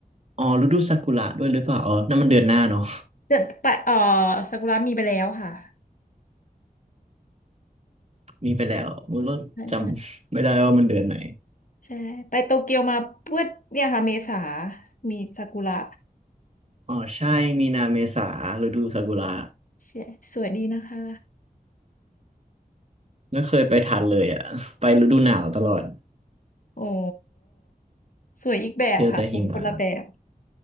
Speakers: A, on the right; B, on the left.
A: อ๋อฤดูซากุระด้วยหรือเปล่าอ๋อนั่นมันเดือนหน้าเนาะ
B: เดือนปลายเอ่อซากุระมีไปแล้วค่ะ
A: <laughs> มีไปแล้วมันก็จำไม่ได้ว่ามันเดือนไหน
B: ใช่ใช่ไใช่ไปโตเกียวมาเพื่อเนี่ยค่ะเมษามีซากุระ
A: อ๋อใช่มีนาเมษาฤดูซากุระ
B: ใช่สวยดีนะคะ
A: ไม่เคยไปทันเลยอ่ะ <laughs> ไปฤดูหนาวตลอด
B: โอ้สวยอีกแบบค่ะสวยคนละแบบ
A: เจอแต่หิมะ